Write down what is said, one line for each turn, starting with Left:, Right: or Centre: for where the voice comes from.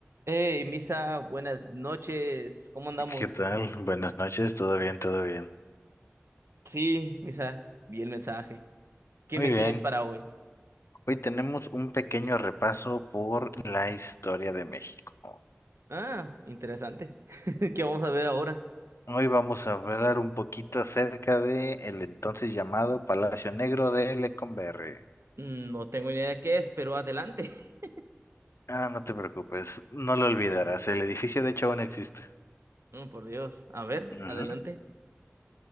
Right: Hey, Misa, buenas noches. ¿Cómo andamos?
Left: ¿Qué tal? Buenas noches, todo bien, todo bien.
Right: Sí, Misa, vi el mensaje. ¿Qué
Left: Muy
Right: me
Left: bien.
Right: tienes para hoy?
Left: Hoy tenemos un pequeño repaso por la historia de México.
Right: Ah, interesante. <laughs> ¿Qué vamos a ver ahora?
Left: Hoy vamos a hablar un poquito acerca de el entonces llamado Palacio Negro de Lecumberri.
Right: Mm, No tengo ni idea de qué es, pero adelante. <laughs>
Left: Ah, no te preocupes, no lo olvidarás. El edificio de hecho aún existe.
Right: Mm, por Dios. A ver,
Left: Ujú.
Right: adelante.